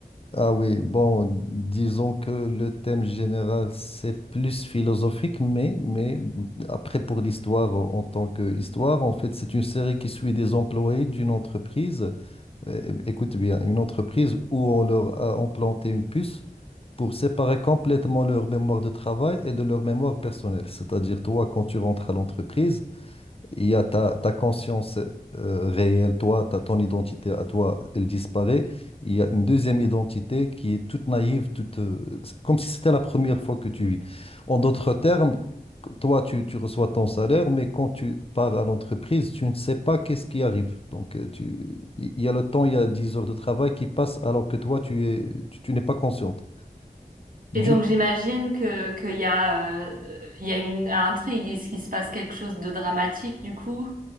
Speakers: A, on the left (about 40°); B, on the right (about 60°).
A: Ah oui, bon, disons que le thème général, c'est plus philosophique, mais, mais après, pour l'histoire euh, en tant qu'histoire, en fait, c'est une série qui suit des employés d'une entreprise. Euh, écoute bien, une entreprise où on leur a implanté une puce pour séparer complètement leur mémoire de travail et de leur mémoire personnelle. C'est-à-dire, toi, quand tu rentres à l'entreprise, il y a ta, ta conscience euh, réelle, toi, ta, ton identité à toi, elle disparaît. Il y a une deuxième identité qui est toute naïve, toute, euh, c'est comme si c'était la première fois que tu vis. En d'autres termes, Toi, tu, tu reçois ton salaire, mais quand tu pars à l'entreprise, tu ne sais pas qu'est-ce qui arrive. Donc, euh, tu, il y a le temps, il y a 10 heures de travail qui passent alors que toi, tu es, tu tu n'es pas consciente.
B: Et
A: Du
B: donc j'imagine que qu'il y a, euh, il y a une intrigue, est-ce qu'il se passe quelque chose de dramatique du coup,